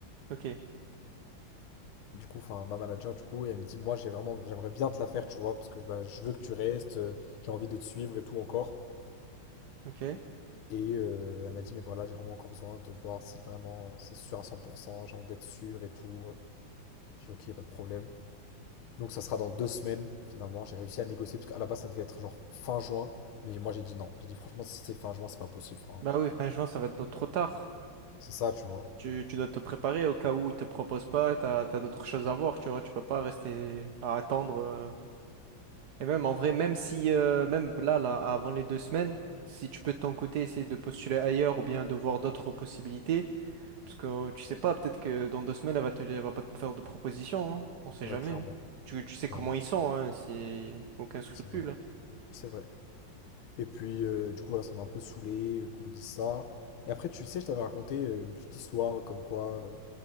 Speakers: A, on the right (about 55°); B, on the left (about 75°).
A: Ok,
B: Du coup, enfin, ma manager, du coup, et elle me dit, moi, j'ai vraiment, j'aimerais bien te la faire, tu vois, parce que bah, je veux que tu restes, euh, j'ai envie de te suivre et tout encore.
A: ok.
B: Et euh, elle m'a dit, mais voilà, j'ai vraiment encore besoin de voir si vraiment c'est sûr à cent pour cent j'ai envie d'être sûr et tout. J'ai ok, pas de problème. Donc ça sera dans deux semaines, finalement. J'ai réussi à négocier, parce qu'à la base, ça devait être genre fin juin. Mais moi, j'ai dit non. J'ai dit, franchement, si c'est fin juin, c'est pas possible. Enfin,
A: Bah oui, fin juin, ça va être trop tard.
B: c'est ça, tu vois.
A: Tu, tu dois te préparer au cas où ils te proposent pas, t'as, t'as d'autres choses à voir, tu vois, tu peux pas rester à attendre. euh. Et même en vrai, même si, euh, même là, là, avant les deux semaines, si tu peux de ton côté essayer de postuler ailleurs ou bien de voir d'autres possibilités, parce que euh, tu sais pas, peut-être que dans deux semaines, elle va te, elle va pas te faire de proposition, hein. On sait
B: Ouais,
A: jamais.
B: clairement.
A: hein. Tu, tu sais
B: Clairement.
A: comment ils sont, hein, c'est aucun scrupule.
B: C'est vrai.
A: hein.
B: C'est vrai. Et puis, euh, du coup, voilà, ça m'a un peu saoulé euh, qu'on me dise ça. Et après, tu sais, je t'avais raconté euh, une petite histoire comme quoi euh,